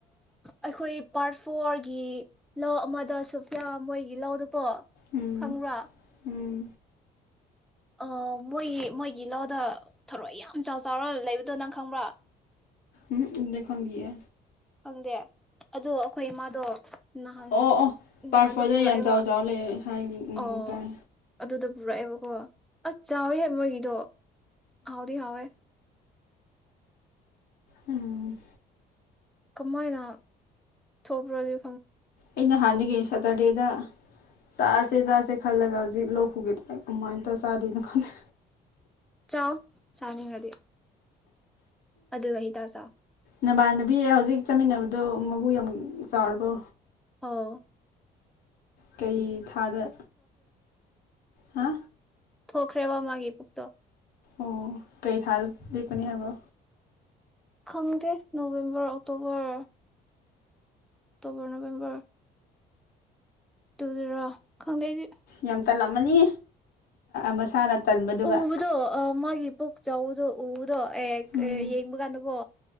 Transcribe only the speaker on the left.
ꯎꯝ
ꯎꯝ
ꯎꯝ ꯎꯗꯦ ꯈꯣꯗꯤꯌꯦ
ꯑꯣ ꯑꯣ ꯄꯥꯔꯠ
ꯐꯣꯔꯗ
ꯌꯥꯝ ꯆꯥꯎ ꯆꯥꯎ ꯂꯩ ꯍꯥꯏ ꯎꯝ
ꯇꯥꯏ
ꯎꯝ
ꯏꯩ ꯅꯍꯥꯟꯗꯒꯤ ꯑꯁ ꯁꯇꯔꯗꯦꯗ ꯆꯥꯁꯦ ꯆꯥꯁꯦ ꯈꯜꯂꯒ ꯍꯧꯖꯤꯛ ꯂꯣꯛ ꯈꯨꯒꯦ ꯇꯧꯋꯦ ꯀꯃꯥꯏ ꯇꯧꯔ ꯆꯥꯗꯣꯏꯅꯣ ꯈꯪꯗꯦ
ꯅꯃꯥꯟꯅꯕꯤ ꯍꯧꯖꯤꯛ ꯆꯠꯃꯤꯟꯅꯕꯗꯣ ꯃꯕꯨ ꯌꯥꯝ ꯆꯥꯎꯔꯕ
ꯀꯩ ꯊꯥꯗ ꯍꯥ
ꯑꯣ ꯀꯩ ꯊꯥ ꯂꯤꯛꯄꯅꯤ ꯍꯥꯏꯕꯣ
ꯌꯥꯝ ꯇꯜꯂꯝꯃꯅꯤ ꯃꯁꯥꯅ ꯇꯟꯕꯗꯨꯒ
ꯎꯝ